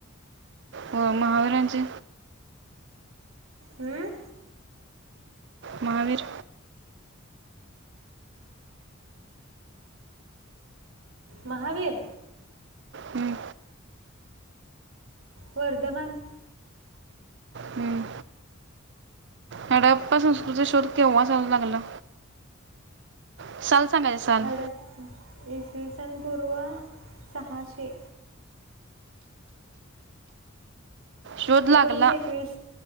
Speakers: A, on the right (about 60°); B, on the right (about 80°).
A: हो मुहावरांची
B: हम्म
A: महावीर
B: महावीर
A: हं,
B: वर्धमान
A: हं. हडप्पा संस्कृतीचा शोध केव्हा चालू लागला साल सांगायचं साल
B: हडप इसवीसनपूर्व सहाशे
A: शोध
B: एकोणीशे
A: लागला
B: एकवीस